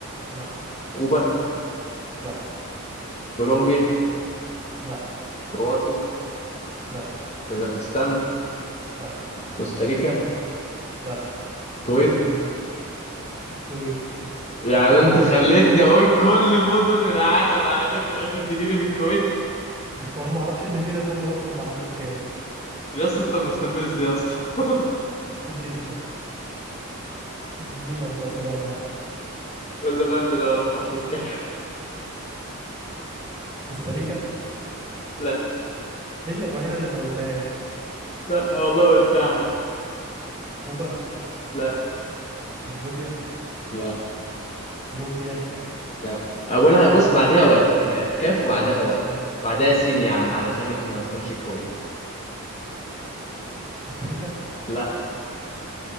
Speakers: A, on the right; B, on the left.
A: لا
B: كوبا
A: لا
B: كولومبيا
A: لا
B: كرواتيا
A: لا
B: كازاخستان
A: لا
B: كوستاريكا
A: لا
B: الكويت
A: الكويت <laughs> انت
B: يعني
A: جبت ده
B: انت
A: كله
B: خليتني
A: <laughs>
B: اقول كل مدن العالم انا شايف في الاخر تجيلي في الكويت
A: هو انا ما اعرفش ان في ده كله اصلا بحرف الكاف
B: يا اسطى انت مستفز يا اسطى <laughs>
A: <laughs> جدا الميلان خسرانه يا عم
B: ولا ما انت ده ولا حرف الكاف
A: كوستاريكا
B: لا
A: هي الوحيده اللي ما قلتهاش
B: لا والله قلتها حد
A: كوبا
B: لا
A: كمبوديا
B: لا
A: كولومبيا
B: لا اولها بص بعدها واو هي كاف وبعدها واو بعدها سين يا عم علشانك ما تكونش كويس
A: كوستاريكا
B: لا